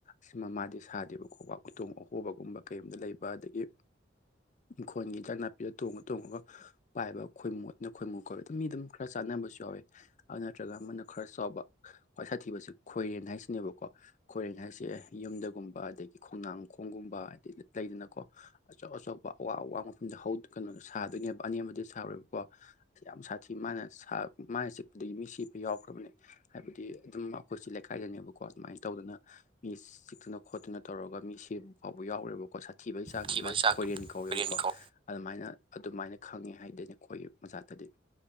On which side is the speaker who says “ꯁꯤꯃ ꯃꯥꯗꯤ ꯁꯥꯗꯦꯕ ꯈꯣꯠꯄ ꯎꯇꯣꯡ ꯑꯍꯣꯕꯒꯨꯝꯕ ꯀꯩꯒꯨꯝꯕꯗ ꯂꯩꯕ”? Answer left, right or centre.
Left